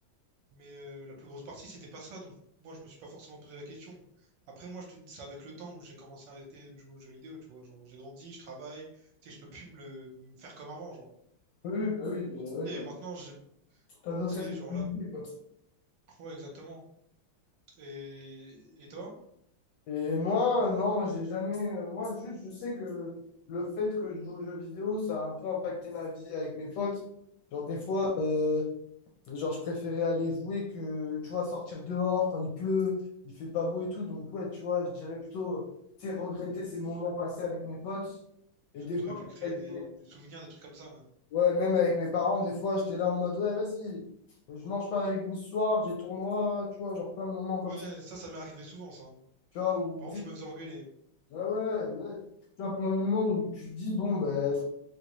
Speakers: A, on the right; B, on the left.
A: mais euh, la plus grosse partie, c'était pas ça. Donc, moi, je me suis pas forcément posé la question. Après, moi, je te dis, c'est avec le temps où j'ai commencé à arrêter de jouer aux jeux vidéo, tu vois. Genre, j'ai grandi, je travaille, tu sais, je peux plus me le me faire comme avant, genre.
B: Oui, oui, bah oui, euh, ouais,
A: Ok,
B: t'as,
A: Et maintenant, j'ai, tu
B: t'as d'autres
A: sais,
B: responsabilités,
A: genre là.
B: quoi.
A: Ouais, exactement. Et, et toi?
B: Et moi, euh, non, moi, j'ai jamais. euh, Moi, juste, je sais que le fait que je joue aux jeux vidéo, ça a un peu impacté ma vie avec mes potes. Genre, des fois,
A: Hmm
B: euh, genre, je préférais aller jouer que, tu vois, sortir dehors quand il pleut, il fait pas beau et tout. Donc, ouais, tu vois, je dirais plutôt, tu sais, regretter ces moments passés avec mes potes. Et
A: Parce
B: des
A: que t'aurais
B: fois,
A: pu créer
B: avec
A: des...
B: mes-
A: des souvenirs, des trucs comme ça.
B: Ouais, même avec mes parents, des fois, j'étais là en mode, ouais, vas-y, je mange pas avec vous ce soir, j'ai tournoi, tu vois, genre plein de moments
A: Ouais,
B: comme ça.
A: Ouais, ça, ça m'est arrivé souvent, ça. hein.
B: Tu vois, où
A: Par
B: tu
A: contre,
B: sais,
A: je me faisais engueuler.
B: ouais, ouais, ouais. Tu vois, plein de moments où tu te dis, bon, ben,